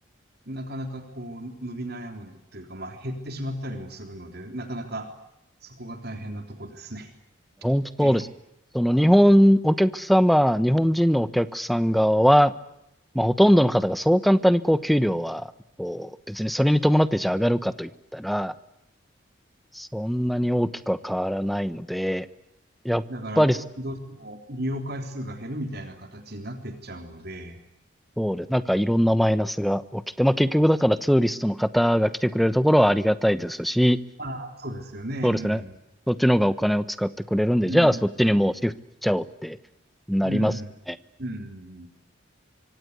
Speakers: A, on the right; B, in the centre.
A: なかなかこう伸び悩むというか、まあ減ってしまったりもするので、なかなかそこが大変なとこですね。
B: 本当そうですよね。
A: <laughs> ええ。
B: その日本、お客様、日本人のお客さん側は、まあ、ほとんどの方がそう簡単にこう給料は、こう、別にそれに伴ってじゃあ上がるかといったら、そんなに大きくは変わらないので、やっぱり
A: だからど、どうしても利用回数が減るみたいな形になってっちゃうので、
B: そうです。なんかいろんなマイナスが起きて、まあ結局だからツーリストの方が来てくれるところはありがたいですし、
A: ああ、そうですよね。
B: そうですね。
A: うん。
B: そっちの方がお金を使ってくれるんで、
A: うん。
B: じゃあそっちにもうシフトしちゃおうってなりますよね。
A: うん。うん。